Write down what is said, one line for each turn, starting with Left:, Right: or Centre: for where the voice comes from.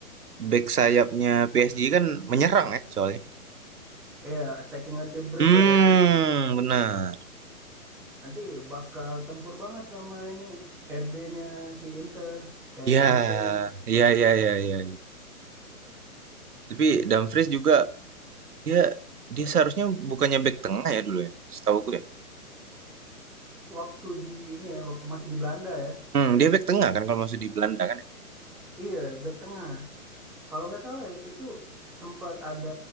Right: back sayapnya PSG kan menyerang ya soalnya.
Centre: iya attacking vertebrate
Right: Hmm
Centre: ya
Right: benar.
Centre: nanti bakal tempur banget sama ini RB-nya si Inter kayak
Right: Ya
Centre: Dumfries
Right: ya ya ya ya. iya. Tapi Dumfries juga dia dia seharusnya bukannya back tengah ya dulu ya, setahuku ya.
Centre: waktu di ini ya waktu masih di Belanda ya
Right: Hmm, dia back tengah kan kalau masuk di Belanda kan ya.
Centre: iya back tengah kalau nggak salah ya, itu sempat ada